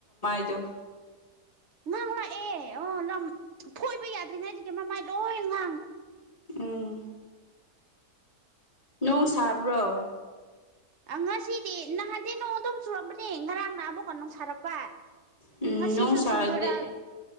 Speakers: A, on the left; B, on the right.
A: ꯗꯣ
B: ꯉꯥꯡꯂꯛꯑꯦ ꯑꯣ ꯂꯝ ꯊꯣꯏꯕ ꯌꯥꯗ꯭ꯔꯤꯉꯩꯗꯨꯗꯒꯤ ꯃꯃꯥꯏ ꯂꯣꯏ ꯉꯥꯡ
A: ꯎꯝ ꯅꯣꯡ ꯁꯥꯕ꯭ꯔꯣ
B: ꯑ ꯉꯁꯤꯗꯤ ꯅꯍꯥꯟꯗꯤ ꯅꯣꯡ ꯑꯗꯣꯝ ꯆꯨꯔꯝꯕꯅꯦ ꯉꯔꯥꯡ ꯅ ꯑꯃꯨꯛꯀ ꯅꯨꯡ ꯁꯥꯔꯛꯄ ꯄꯥ
A: ꯎꯝ
B: ꯉꯁꯤꯁꯨ
A: ꯅꯣꯡ ꯁꯥꯔꯗꯤ
B: ꯆꯨꯗꯣꯏꯔꯥ